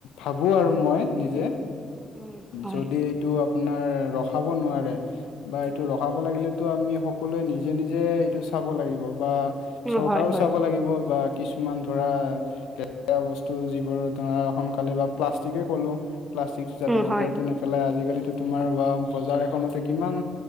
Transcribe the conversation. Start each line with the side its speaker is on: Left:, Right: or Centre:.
Left: ভাবো আৰু মই নিজে
Right: উম হয়
Left: যদি এইটো আপোনাৰ ৰখাব নোৱাৰে বা এইটো ৰখাব লাগিলেতো আমি সকলোৱে নিজে নিজে এইটো চাব লাগিব বা
Right: উম
Left: চৰকাৰও
Right: হয় হয়
Left: চাব লাগিব বা কিছুমান ধৰােৰা বস্তু যিবোৰ ধৰা সোনকালে বা প্লাষ্টিকেই ক'লো প্লাষ্টিক যাতে
Right: উম
Left: য'তে
Right: হয়
Left: ত'তে নেপেলাই আজিকালি তোমাৰ বা বজাৰ এখনতে কিমান